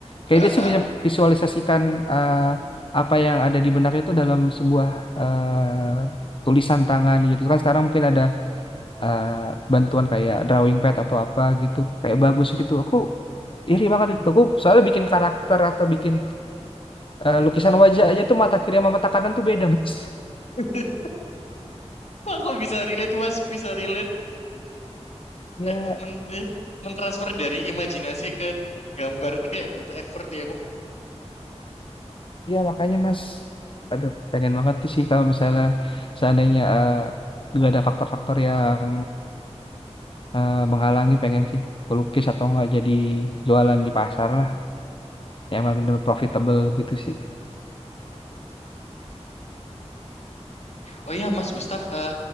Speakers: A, on the left; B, on the left.
A: kayak
B: Ah,
A: dia
B: ah.
A: tuh bisa visualisasikan eh, apa yang ada di benaknya itu dalam sebuah eh, tulisan tangan gitu kan sekarang mungkin ada eh, bantuan kayak drawing pad atau apa gitu kayak bagus gitu aku iri banget itu aku soalnya bikin karakter atau bikin eh, lukisan wajah aja tuh mata kiri sama mata kanan tuh beda mas
B: <laughs> Aku bisa relate Mas, bisa relate.
A: <laughs> ya
B: Eh, Men men- mentransfer dari imajinasi ke gambar itu kayak butuh effort ya. Mas.
A: Iya makanya Mas, aduh pengen banget sih kalau misalnya seandainya eh, nggak ada faktor-faktor yang eh, menghalangi pengen sih pelukis atau nggak jadi jualan di pasar lah, yang emang bener profitable gitu sih.
B: Oh iya Mas Gustaf, eh,